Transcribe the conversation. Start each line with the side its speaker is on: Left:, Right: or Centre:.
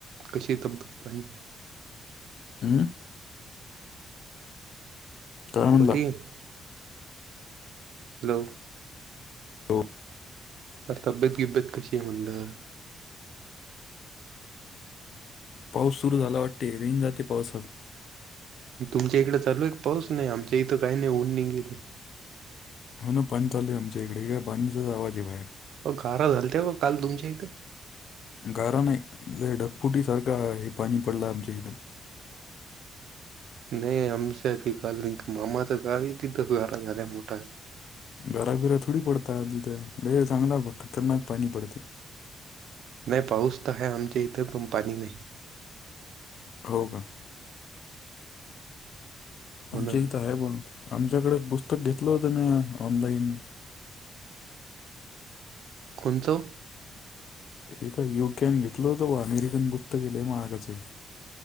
Right: कशी तब्येत पाणी?
Left: हम्म? काय म्हणला
Right: बरी आहे. हॅलो
Left: हो
Right: तब्बेत बिब्बेत कशी आहे म्हनलं?
Left: पाऊस सुरू झाला वाटते रेंज जाती पाऊसात.
Right: तुमच्या इकडें चालू आहे एक पाऊस नाही आमच्या इथं काही नाही ऊन नाही गेली.
Left: हो ना पाणी चाले आमच्या इकडे पाणीचाचा आवाज येईलाय.
Right: हो गारा झालते ग काल तुमच्या इथं?
Left: गारा नाही ढगफुटी सारखा हे पाणी पडलं आमच्या इथे.
Right: <inaudible> नाही आमच्या काल मामाच काय तिथ गारा झाल्या मोठा.
Left: घराफिरा थोडी पडता आधी तर द चांगला ब खतरनाक पाणी पडते.
Right: नाही पाऊस तर है आमच्या इथे तुम पाणी नाही.
Left: हो का?
Right: हो
Left: आमच्या
Right: ना
Left: इथ आहे पण. आमच्याकडे पुस्तक घेतलं होतं मी ऑनलाइन.
Right: कोणचो?
Left: हे का योग्यान घेतलं होत वा अमेरिकन पुस्तके वयी महागाचे.